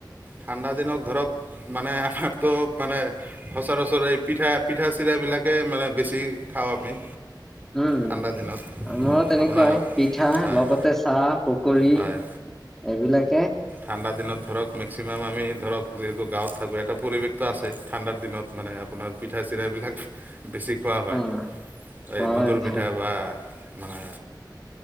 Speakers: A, on the right (about 25°); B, in the centre.
A: ঠাণ্ডা দিনত ধৰক মানে আমাৰতো মানে সচৰাচৰ এই পিঠা, পিঠা-চিঠা বিলাকে মানে বেছি খাওঁ আমি।
B: উম'
A: ঠাণ্ডা দিনত
B: আমাৰ তেনেকুৱাই
A: আপোনাৰ
B: পিঠা
A: হয়
B: লগতে চাহ, পকৰি
A: হয়
B: এইবিলাক
A: ঠাণ্ডা দিনত ধৰক, মেক্সিমাম আমি ধৰক যিহেতু গাঁৱত থাকো এটা পৰিৱেশ আছে ঠাণ্ডাৰ দিনত মানে আপোনাৰ পিঠা-চিঠা বিলাক বেছি খোৱা হয়।
B: অ হয়
A: এই দুধৰ
B: হয়
A: পিঠা বা মানে